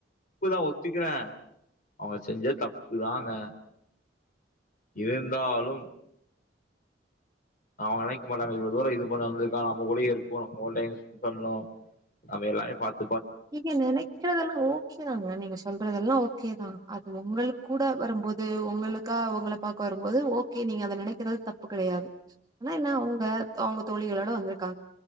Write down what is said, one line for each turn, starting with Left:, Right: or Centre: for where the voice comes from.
Left: ப்புதா ஒத்துக்கிறே அவுங்க செஞ்ச தப்புதாங்க இருந்தாலும் அவுங்க நெனைக் மாட்டாங்க இவ்ள தூரோ இது பண்ணந்துக்கான நம கூட இருக்ணூ நம்ம கூட டைம்ஸ்பண்ட் பண்ணூ அவ எல்லாய பாத்
Right: நீங்க நெனைக்கறதெல்லா ஓகே தாங்க நீங்க சொல்றதெல்லா ஓக் கேதா அது உங்களுக்கூட வரும்போது உங்களுக்கா அவ்ங்கள பாக்க வரும்போது ஓகே நீங்க அத நெனைக்கிறது தப்பு கெடையாது ஆனா என்ன அவ்ங்க அவ்ங்க தோழிகளோட வந்திருக்காங்